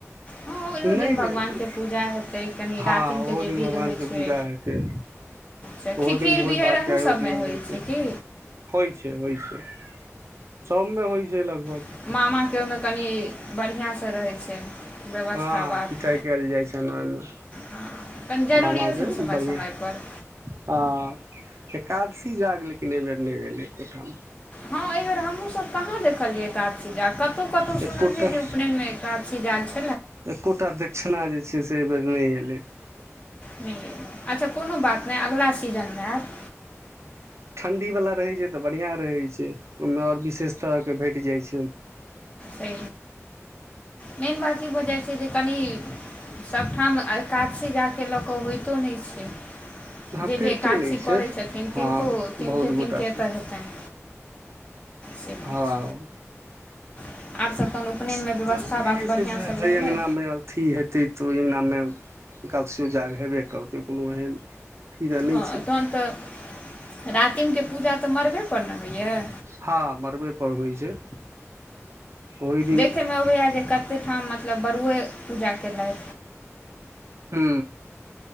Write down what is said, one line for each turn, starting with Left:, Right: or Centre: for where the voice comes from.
Left: हँ ओहिओ
Right: नहि
Left: दिन भगवानके
Right: नहि
Left: पूजा हेतै कनि
Right: हँ
Left: रातिमके
Right: ओहो
Left: जे
Right: दिन
Left: विध
Right: भगवानके
Left: होइ छै
Right: पूजा हेतै
Left: से
Right: ओहो
Left: खिखीर
Right: दिन भोज
Left: बिहैर
Right: भात
Left: अहूँसबमे
Right: के आयोजन
Left: होइ
Right: जेतै
Left: छै कि
Right: होइ छै होइ छै सबमे होइ छै लगभग
Left: छै मामाके ओहिमे कनि बढ़िआँ सँ रहै छै बेबस्था
Right: हँ
Left: बात
Right: पिटाई कयल जाइ छनि ओहिमे
Left: हँ कनि जरूरिओ
Right: मामाके
Left: छै ने समय
Right: बढ़िआँ
Left: समयपर
Right: हँ एकादशी जाग लेकिन एहिबेर नै भेलै एको ठाम
Left: हँ ए बेेर हमहू सब कहाँ देखलियै एकादशी जाग कतौ कतौ सुनलियै
Right: एकोटा
Left: जे उपनयन मे एकादशी जाग छै
Right: एकोटा दक्षिणा जे छै से एहि बेर नइ एलै
Left: नहि अच्छा कोनो बात नहि अगिला सीजनमे आयत
Right: ठण्डी वला रहै छै तऽ बढ़िया रहै छै ओहिमे आओर विशेष तरह के भेट जाय छै
Left: स मेन बात ई भऽ जै छै कनी सब ठाम कातसँ जााक लऽ कऽ होइतो नइ छै
Right: हँ
Left: जे
Right: करितो
Left: जे एकादशी
Right: नहि छै
Left: करै छथिन
Right: हँ
Left: तनको तिनके
Right: बहुत गोटा
Left: तिनके
Right: के
Left: एतय हेतनि से बात
Right: हँ
Left: छै आब सब तहन उपनयनमे
Right: ई
Left: बेबस्था
Right: जरूरी
Left: बात
Right: नइ
Left: बढ़िआँ
Right: छै जे
Left: सब रहलै
Right: ओय अंगनामेअथी हेतै तऽ ओहि अगनामे एकादशी जाग हेबे करतै कोनो एहन कीड़ा नहि
Left: हँ
Right: छै
Left: तहन
Right: <unintelligible>
Left: तऽ रातिमके पूजा तऽ मरबे पर ने होइए
Right: हँ मरबे पर होइ छै ओहि दिन
Left: देखैय मे अबैये जे कते ठाम मतब मतलब बड़ुए पूजा केलथि
Right: ह